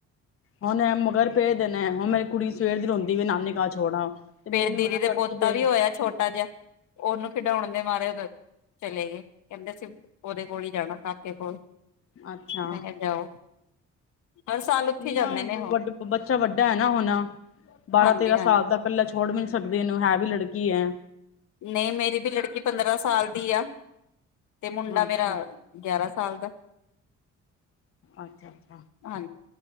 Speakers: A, on the left; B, on the left.
A: ਹੁਣ ਐ ਮਗਰ ਪਏ ਦੇ ਨੇ ਐ, ਹੁਣ ਮੇਰੀ ਕੁੜੀ ਸਵੇਰ ਦੀ ਰੋਂਦੀ ਵੀ ਨਾਨੀ ਘਰ ਛੋੜ ਆਓ। ਤੇ ਮੰਮੀ
B: ਫੇਰ ਦੀਦੀ
A: ਮਨਾ
B: ਦੇ
A: ਕਰਦੀ
B: ਪੋਤਾ
A: ਪਈ
B: ਵੀ ਹੋਇਆ ਛੋਟਾ ਜਿਹਾ, ਉਹਨੂੰ ਖਿਡਾਉਣ ਦੇ ਮਾਰੇ ਉਹਦੇ ਚਲੇ ਗਏ, ਕਹਿੰਦੇ ਅਸੀਂ ਉਹਦੇ ਕੋਲ ਹੀ ਜਾਣਾ ਕਾਕੇ ਕੋਲ।
A: ਅੱਛਾ
B: ਮੈਂ ਕਿਹਾ ਜਾਓ ਹਰ ਸਾਲ ਉੱਥੇ
A: ਨੀ
B: ਜਾਂਦੇ
A: ਨਾ
B: ਨੇ ਉਹ
A: ਵੱਡ ਬੱਚਾ ਵੱਡਾ ਐ ਨਾ ਹੁਣ, ਬਾਰਾਂ
B: ਹਾਂਜੀ-ਹਾਂਜੀ
A: ਤੇਰਾਂ ਸਾਲ ਦਾ ਕੱਲਾ ਛੱ ਛੋੜ ਵੀ ਨੀ ਸਕਦੀ, ਇਹਨੂੰ ਹੈ ਵੀ ਲੜਕੀ ਐ।
B: ਨਹੀਂ ਮੇਰੀ ਦੀ ਲੜਕੀ ਪੰਦਰਾਂ ਸਾਲ ਦੀ ਆ, ਤੇ ਮੁੰਡਾ
A: ਅੱਛਾ
B: ਮੇਰਾ ਗਿਆਰਾਂ ਸਾਲ ਦਾ।
A: ਅੱਛਾ
B: ਹਾਂ